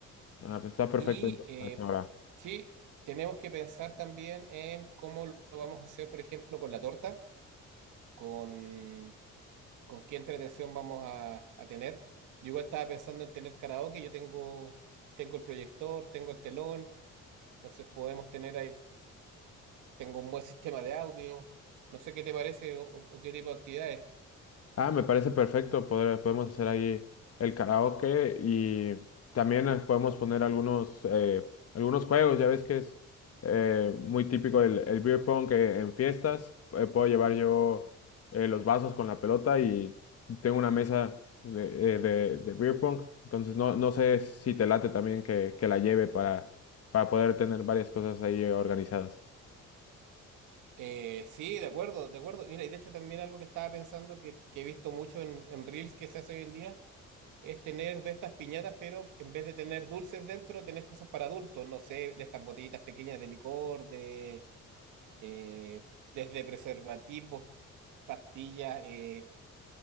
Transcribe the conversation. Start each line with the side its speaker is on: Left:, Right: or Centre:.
Left: Ah, pues está perfecto
Right: Y
Left: entonces
Right: eh,
Left: a esa hora.
Right: sí, tenemos que pensar también en cómo lo lo vamos a hacer, por ejemplo, con la torta, con, con qué entretención vamos a, a tener. Yo igual estaba pensando en tener karaoke, yo tengo, tengo el proyector, tengo el telón, entonces podemos tener ahí, tengo un buen sistema de audio, no sé qué te parece o, o- o qué tipo de actividades.
Left: Ah, me parece perfecto. poder- podemos hacer ahí el karaoke y también eh, podemos poner algunos, eh, algunos juegos. Ya ves que es eh, muy típico el, el beer pong eh, en fiestas. eh, puedo llevar yo eh, los vasos con la pelota y tengo una mesa de, eh, de, de beer pong. Entonces no, no sé si te late también que, que la lleve para, para poder tener varias cosas ahí eh, organizadas.
Right: Eh, sí, de acuerdo, de acuerdo. Mira, y de hecho también algo que estaba pensando que, que he visto mucho en, en Reels que se hace hoy en día es tener de estas piñatas, pero en vez de tener dulces dentro, tener cosas para adultos, no sé, de estas botellitas pequeñas de licor, de eh, desde preservativos, pastillas, eh,